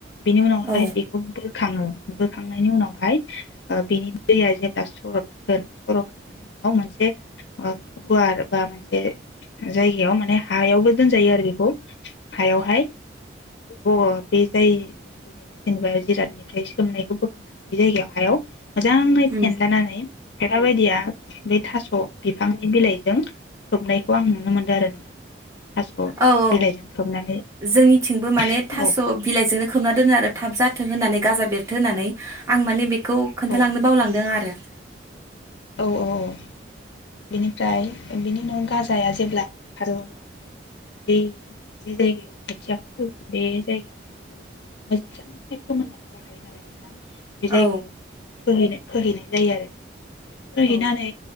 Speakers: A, on the left; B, on the right.
A: बेनि उनावहाय
B: औ
A: बेखौ बोखाङो बोखांनायनि उनावहाय ओ बेनि दैया जेब्ला सरद गोन सरद खांनायनि उनाव मोनसे ओ गुवार बा मोनसे जायगायाव माने हायावबो दोनजायो आरो बेखौ हायावहाय। ब बे जाय बुस्थुनि जेनेबा जिरादनिफ्राय सोमनायखौ बोखांनानै बे जायगायाव हायाव मोजाङै
B: उम
A: फेनलानानै खायफाबायदिया बे थास बिफांनि बिलाइजों खोबनायखौ आं नुनो मोनदों आरो नोंथां। थास'
B: औ औ ओ
A: बिलाइजों खोबनानै
B: जोंनिथिंबो माने
A: औ
B: थास बिलाइजोंनो खोबना दोनो आरो। थाब जाथों होननानै गाजा बेरथों होननानै। आं माने बे खौ खोन्थालांनो
A: औ
B: बावलांदों आरो। <inaudible>
A: औ औ औ। बिनिफ्राय बिनि उनाव गाजाया जेब्ला ओंखारो अब्लाहाय बे जि जायगायाव खोथियाखौ फोगोन बे जायगायाव हाखौ मोजांहाय फोमोननानै लाखायो नालाय नोंथां, बे जायगायाव
B: औ
A: फोहैनो फोहैनाय जायो आरो। फोहैनानै
B: औ